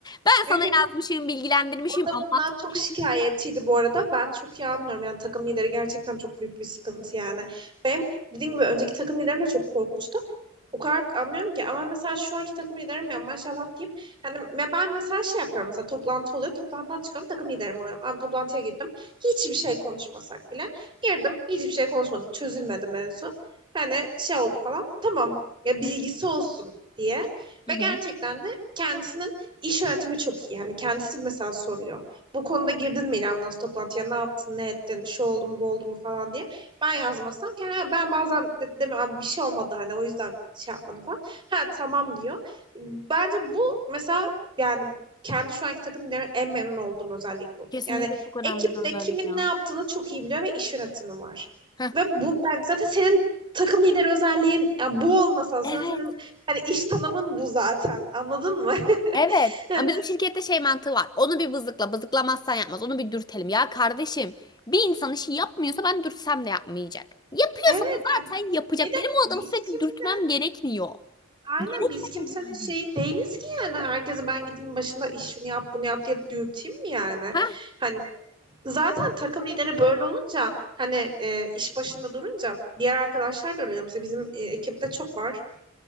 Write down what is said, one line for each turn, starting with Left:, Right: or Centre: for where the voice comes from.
Left: Ben
Right: Evet
Left: sana yazmışım, bilgilendirmişim,
Right: O da
Left: anlatmışım.
Right: bundan çok şikayetçiydi bu arada. Ben çok iyi anlıyorum. Yani takım lideri gerçekten çok büyük bir sıkıntı yani. Benim dediğim gibi önceki takım liderim de çok korkunçtu. O kadar anlıyorum ki ama mesela şu anki takım liderim ya maşallah diyeyim. Hani me- ben mesela şey yapıyorum mesela toplantı oluyor. Toplantıdan çıkıyorum takım liderim oluyorum. Abi toplantıya girdim. Hiçbir şey konuşmasak bile. Girdim hiçbir şey konuşmadık. Çözülmedi mevzu. Hani şey oldu falan. Tamam ya bilgisi olsun diye.
Left: Hı
Right: Ve
Left: hı.
Right: gerçekten de kendisinin İş yönetimi çok iyi. Yani kendisi mesela soruyor. Bu konuda girdin mi İrem Naz toplantıya? Ne yaptın, ne ettin, şu oldu mu, bu oldu mu falan diye. Ben yazmazsam kendi ben bazen de, deme abi bir şey olmadı hani o yüzden şey yapmadım falan. Ha tamam diyor. Bence bu mesela yani kendi şu anki takım liderimden en memnun olduğum özellik bu.
Left: Kesinlikle
Right: Yani
Left: çok önemli
Right: ekipte
Left: bir özellik
Right: kimin
Left: ya.
Right: ne yaptığını çok iyi biliyor ve iş yönetimi var.
Left: Heh.
Right: Ve bu ben zaten senin takım lideri özelliğin yani bu olmasa zaten
Left: Evet,
Right: senin hani iş tanımın bu zaten. Anladın mı?
Left: evet.
Right: <laughs>
Left: Ama bizim şirkette şey mantığı var. Onu bir bızıkla, bızıklamazsan yapmaz. Onu bir dürtelim. Ya kardeşim, bir insan işi yapmıyorsa ben dürtsem de yapmayacak. Yapıyorsa
Right: Evet
Left: da
Right: yani
Left: zaten yapacak.
Right: bir de
Left: Benim o
Right: biz
Left: adamı sürekli
Right: kimse
Left: dürtmem gerekmiyor.
Right: aynen
Left: Gerekmemeli
Right: biz kimsenin
Left: yani.
Right: şey değiliz ki yani herkese ben gideyim başında iş şunu yap bunu yap diye dürteyim mi yani?
Left: Heh,
Right: Hani zaten takım lideri böyle olunca hani e, iş başında durunca diğer arkadaşlar da öyle oluyor. Mesela bizim e, ekipte çok var